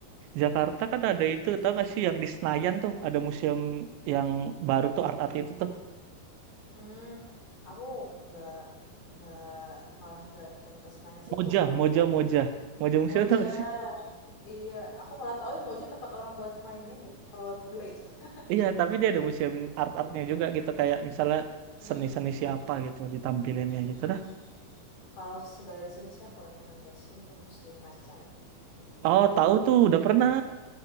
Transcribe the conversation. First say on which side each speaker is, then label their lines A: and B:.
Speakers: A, on the right (about 80°); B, on the left (about 40°).
A: Jakarta kan ada itu, tau gak sih yang di Senayan tuh ada museum yang baru tuh art-art itu tuh.
B: Hmm. Aku nggak nggak malah nggak yang ke Senayan situ.
A: Moja,
B: Aku
A: Moja, Moja. Moja Museum
B: Moja.
A: tau gak sih?
B: Iya, aku malah tahu Moja tempat orang buat main ini, rollerblade. <laughs>
A: Iya, tapi dia ada museum art-artnya juga gitu. Kayak misalnya
B: Hmm.
A: seni-seni siapa gitu ditampilinnya
B: Hmm.
A: gitu dah.
B: Kalau segala di sini sih aku rekomendasiin ke Museum Macan di
A: Oh, tahu tuh, udah pernah.